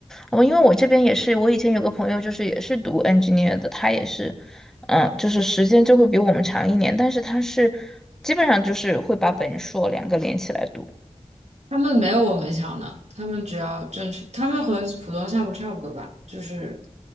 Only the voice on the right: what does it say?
他们没有我们强的，他们只要正常，他们和普通项目差不多吧，就是